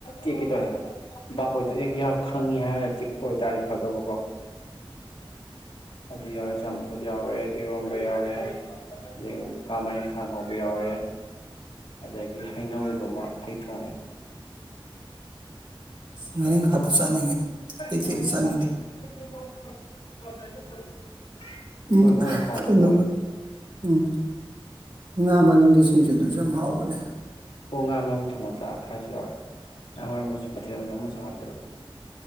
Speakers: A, on the left (about 85°); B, on the right (about 60°).
A: ꯇꯦꯛꯀꯦ ꯇꯧꯌꯦ ꯍꯥꯏꯕ ꯕꯥꯞ ꯑꯣꯏꯗꯕꯍꯦꯛ ꯌꯥꯎ ꯈꯪꯉꯤ ꯍꯥꯏꯔ ꯆꯤꯛꯄ ꯑꯣꯏꯇꯥꯔꯗꯤ ꯐꯗꯧꯕꯀꯣ ꯑꯗꯨ ꯌꯥꯎꯔꯦ ꯆꯝꯐꯨꯠ ꯌꯥꯎꯔꯦ ꯏꯔꯣꯝꯕ ꯌꯥꯎꯔꯦ ꯑꯗꯩꯃꯨꯛ <unintelligible> ꯃꯔꯤꯜ ꯈꯥ ꯉꯧꯕ ꯌꯥꯎꯔꯦ ꯑꯗꯒꯤ ꯍꯩꯅꯧꯗꯨꯃ ꯍꯩ ꯊꯣꯡꯉꯦ
B: ꯉꯔꯤꯟ ꯈꯥꯗꯨ ꯆꯥꯅꯤꯡꯉꯦ
A: <unintelligible>
B: ꯑꯇꯩ ꯑꯇꯩꯗꯤ ꯆꯥꯅꯤꯡꯗꯦ ꯎꯝ
A: ꯍꯣꯏ ꯃꯣꯏ ꯍꯥꯎꯕꯨꯗꯤ
B: ꯀꯩꯅꯣ
A: ꯍꯥꯎꯋꯦ
B: ꯎꯝ ꯉꯥ ꯃꯔꯨꯝꯒꯤ ꯁꯤꯡꯖꯨꯗꯨꯁꯨ ꯌꯥꯝ ꯍꯥꯎꯕꯅꯦ
A: ꯑꯣ ꯉꯥ ꯃꯔꯨꯝ ꯊꯣꯡꯃꯆꯥ ꯈꯔꯁꯨ ꯌꯥꯎꯋꯦ ꯉꯥ ꯃꯔꯨꯝꯕꯨꯁꯨ ꯃꯊꯦꯜ ꯑꯣꯏꯅ ꯑꯃꯁꯨ ꯍꯥꯞꯄꯦꯕ